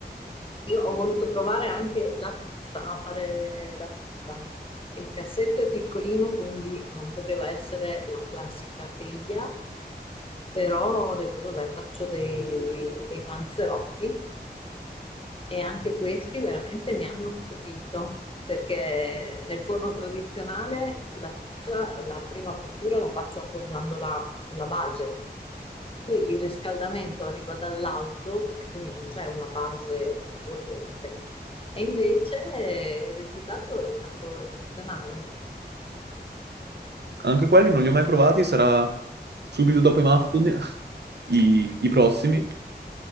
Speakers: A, on the left; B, on the right.
A: Io ho voluto provare anche la pizza, a fare la pizza. Il cassetto è piccolino, quindi non poteva essere la classica teglia, però ho detto, vabbè, faccio dei, dei panzerotti e anche questi veramente mi hanno stupito, perché nel forno tradizionale la pizza, la prima cottura la faccio appoggiandola sulla base. Qui il riscaldamento arriva dall'alto e quindi non c'è una base bollente. E invece eh, il risultato è stato eccezionale.
B: Anche quelli non li ho mai provati, sarà subito dopo i muffin <laughs> i, i prossimi.